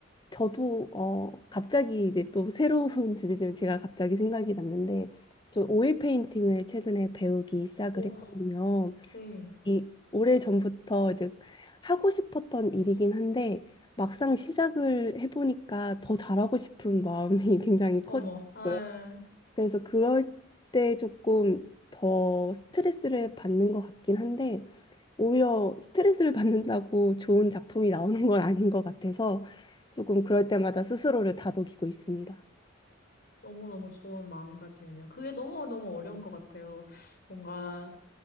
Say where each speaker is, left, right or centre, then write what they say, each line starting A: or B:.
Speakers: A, on the left; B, on the left.
A: 저도 어 갑자기 이제 또 새로운 <laughs> 주제지만 제가 갑자기 생각이 났는데 저 오일 페인팅을 최근에 배우기 시작을
B: 오,
A: 했거든요.
B: 네.
A: 이 오래전부터 이제 하고 싶었던 일이긴 한데 막상 시작을 해보니까 더 잘하고 싶은 마음이 <laughs> 굉장히 커지고요.
B: 어머, 아,
A: 그래서 그럴 때 조금 더 스트레스를 받는 것 같긴 한데 오히려 스트레스를 받는다고 좋은 작품이 나오는 건 아닌 것 같아서 조금 그럴 때마다 스스로를 다독이고 있습니다.
B: 너무너무 좋은 마음가짐이네요. 그게 너무너무 어려운 것 같아요. 뭔가